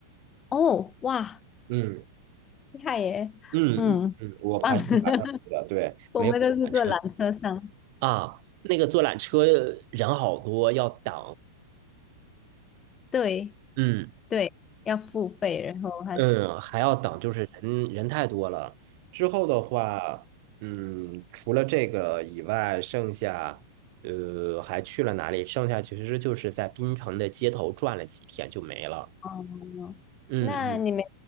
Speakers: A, on the left; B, on the right.
A: 哦，哇，
B: 嗯
A: 厉害耶！
B: 嗯嗯嗯，
A: 嗯，
B: 我爬山爬上去的，
A: 棒 <laughs>
B: 对，
A: 我们都是坐缆车上。
B: 没有坐缆车啊，那个坐缆车人好多，要等，
A: 对
B: 嗯。
A: 对，要付费，然后还
B: 嗯，还要等，就是人人太多了。之后的话，嗯，除了这个以外，剩下呃还去了哪里？剩下其实就是在槟城的街头转了几天就没了。
A: 哦，
B: 嗯嗯，
A: 那你们